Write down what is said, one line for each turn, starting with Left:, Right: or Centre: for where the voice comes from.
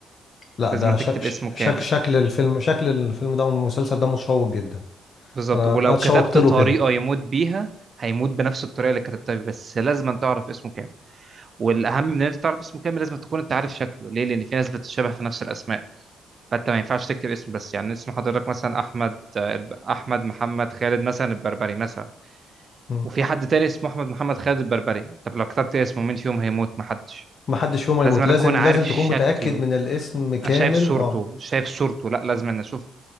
Left: لا
Right: لازم
Left: ده
Right: تكتب
Left: شك
Right: اسمه كامل
Left: شك شكل الفيلم شكل الفيلم ده والمسلسل ده مشوق جدا
Right: بالظبط
Left: انا
Right: ولو
Left: اتشوقت
Right: كتبت
Left: له
Right: طريقة
Left: كده
Right: يموت بيها هيموت بنفس الطريقة اللي كتبتها بس لازم تعرف اسمه كامل والاهم من ان انت تعرف اسمه كامل لازم تكون انت عارف شكله ليه لان في ناس بتتشابه في نفس الاسماء فانت ما ينفعش تكتب اسم بس يعني اسم حضرتك مثلا احمد آه، الب- احمد محمد خالد مثلا البربري مثلا
Left: مم.
Right: وفي حد تاني اسمه احمد محمد خالد البربري طب لو كتبت اسمه مين فيهم هيموت محدش
Left: محدش فيهم هيموت
Right: لازم انا
Left: لازم
Right: اكون عارف
Left: لازم تكون
Right: شكله
Left: متأكد من الاسم كامل
Right: انا شايف صورته
Left: اه
Right: شايف صورته لا لازم انا اشوف